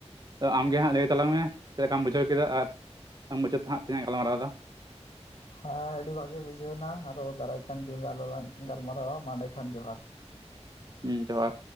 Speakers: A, on the right (about 35°); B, on the left (about 60°).
A: ᱛᱚ ᱟᱢ ᱜᱮ ᱦᱟᱸᱜ ᱞᱟᱹᱭ ᱛᱟᱞᱟᱝ ᱢᱮ ᱪᱮᱫ ᱞᱮᱠᱟᱢ ᱵᱩᱡᱷᱟᱹᱣ ᱠᱮᱫᱟ ᱟᱨ ᱵᱟᱢ ᱵᱡᱟᱹᱣ ᱛᱮ ᱦᱟᱸᱜ ᱛᱤᱱᱟᱹᱜ ᱜᱟᱞᱢᱟᱨᱟᱣ ᱮᱫᱟ᱾
B: ᱦᱮᱸ ᱟᱹᱰᱤ ᱵᱷᱟᱜᱮ ᱵᱩᱡᱷᱟᱹᱣ ᱱᱟ ᱟᱨᱦᱚᱸ ᱫᱟᱨᱟᱭ ᱠᱟᱱ ᱫᱤᱱ ᱨᱮᱟᱨᱦᱚᱸ ᱞᱟᱝ ᱜᱟᱞᱢᱟᱨᱟᱣᱟ ᱟ ᱮᱰᱮᱠᱷᱟᱱ ᱡᱚᱦᱟᱨ᱾
A: ᱦᱩᱸ ᱡᱚᱦᱟᱨ